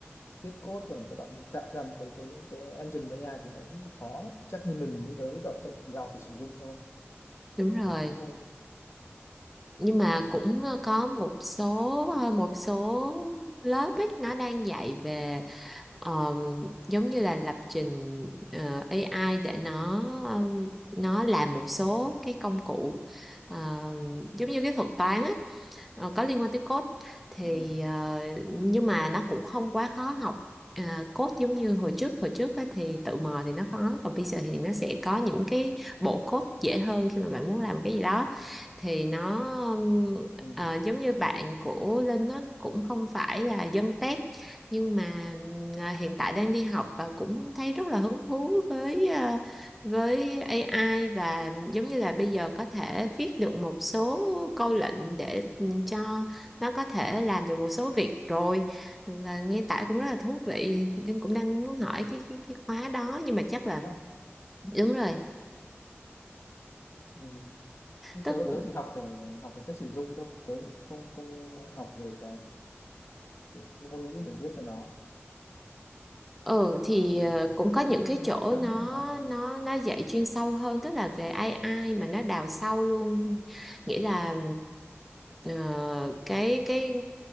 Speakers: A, on the left (about 75°); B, in the centre.
A: viết code rồi các bạn mình tạo ra một cái cái, cái engine AI thì nó cũng là khó đấy. chắc như mình như tớ cậu chỉ chỉ học để sử dụng thôi
B: Đúng rồi.
A: thì là thế thôi
B: Nhưng mà cũng có một số ờ, một số lớp ấy nó đang dạy về ờ, giống như là lập trình ờ, AI để nó nó làm một số cái công cụ ờ, giống như cái thuật toán á ờ, có liên quan tới code thì
A: ừ.
B: ờ, nhưng mà nó cũng không quá khó học À, code giống như hồi trước hồi trước á, thì tự mò thì nó khó còn bây giờ thì nó sẽ có những cái bộ code dễ hơn khi mà bạn muốn làm một cái gì đó thì nó ừm,
A: Ừ.
B: ờ, giống như bạn của Linh nó cũng không phải là dân tech nhưng mà ừm, à, hiện tại đang đi học và cũng thấy rất là hứng thú với ờ, với AI và giống như là bây giờ có thể viết được một số câu lệnh để cho nó có thể làm được một số việc rồi và nghe tải cũng rất là thú vị nhưng cũng đang muốn hỏi cái cái cái khóa đó nhưng mà chắc
A: ok
B: là
A: á
B: đúng rồi
A: ừ. Nhưng
B: tức
A: tớ tớ chỉ học để học về cách sử dụng thôi tớ không không học về cái cái ngôn ngữ để viết cho nó
B: ừ
A: cho
B: thì
A: nên
B: ờ, cũng
A: tụi
B: có
A: tôi
B: những
A: cũng,
B: cái
A: cũng
B: chỗ
A: phải hấp dẫn
B: nó
A: nhỉ
B: nó nó dạy chuyên sâu hơn tức là về AI mà nó đào sâu luôn nghĩa là ờ, cái cái